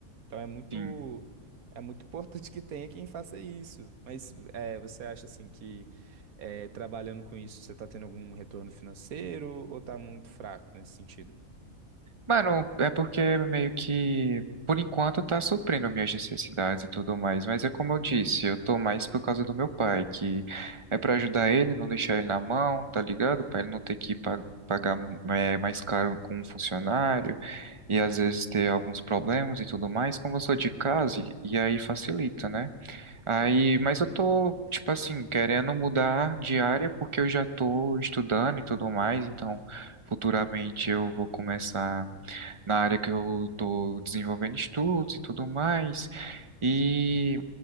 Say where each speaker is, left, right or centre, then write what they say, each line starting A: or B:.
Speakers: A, on the right; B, on the right.
A: Então é muito
B: sim.
A: é muito importante que tenha quem faça isso. Mas é, você acha assim que é, trabalhando com isso você está tendo algum retorno financeiro ou está muito fraco nesse sentido?
B: Mano, é porque meio que, por enquanto, tá suprindo minhas necessidades e tudo mais. Mas é como eu disse, eu tô mais por causa do meu pai, que é pra ajudar ele, não deixar ele na mão, tá ligado? Pra ele não ter que pa- pagar é, mais caro com um funcionário e às vezes ter alguns problemas e tudo mais. Como eu sou de casa, e e aí facilita, né? Aí, mas eu tô, tipo assim, querendo mudar de área porque eu já tô estudando e tudo mais, então futuramente eu vou começar na área que eu tô desenvolvendo estudos e tudo mais. E